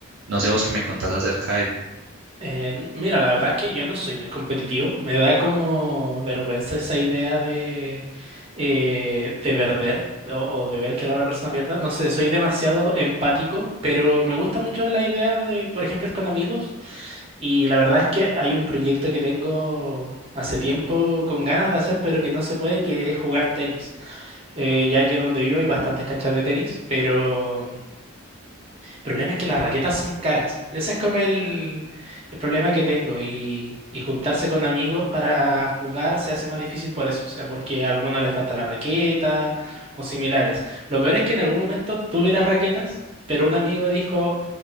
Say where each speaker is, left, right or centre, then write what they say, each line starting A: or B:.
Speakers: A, on the right (about 55°); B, on the right (about 25°).
A: No sé vos qué me contás acerca de eso.
B: Eh, mira, la verdad es que yo no soy muy competitivo. Me da como vergüenza esa idea de, eh, de perder o, o de ver que la otra persona pierda. No sé, soy demasiado empático, pero me gusta mucho la idea de, por ejemplo, ir con amigos. Y la verdad es que hay un proyecto que tengo hace tiempo con ganas de hacer, pero que no se puede, que es jugar tenis. Eh, ya que donde vivo hay bastantes canchas de tenis, pero... El problema es que las raquetas son caras. Ese es como el, el problema que tengo. Y, y juntarse con amigos para jugar se hace más difícil por eso. O sea, porque a alguno le falta la raqueta o similares. Lo peor es que en algún momento tuve las raquetas, pero un amigo dijo,